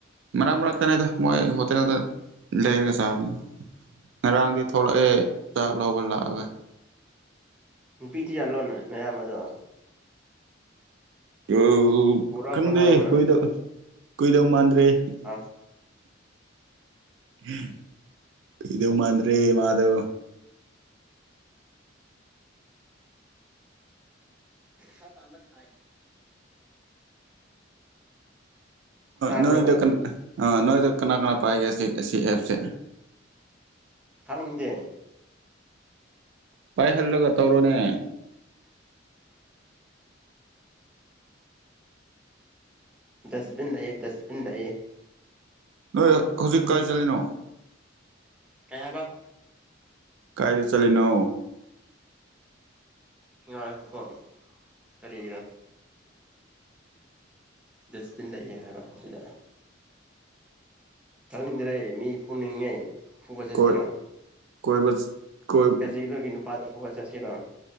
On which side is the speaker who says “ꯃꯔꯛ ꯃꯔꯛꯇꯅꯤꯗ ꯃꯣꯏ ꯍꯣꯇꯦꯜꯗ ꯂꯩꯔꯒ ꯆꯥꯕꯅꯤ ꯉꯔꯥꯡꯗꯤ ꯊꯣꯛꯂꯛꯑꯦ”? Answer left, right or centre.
Right